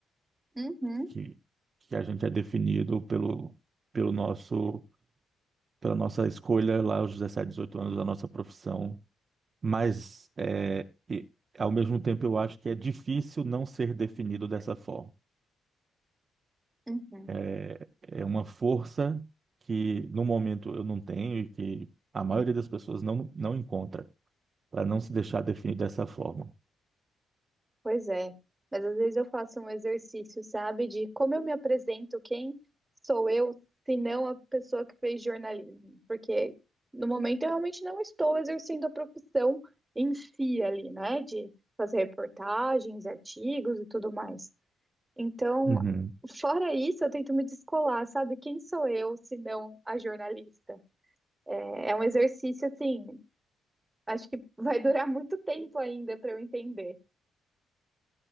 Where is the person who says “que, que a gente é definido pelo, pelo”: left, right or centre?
Right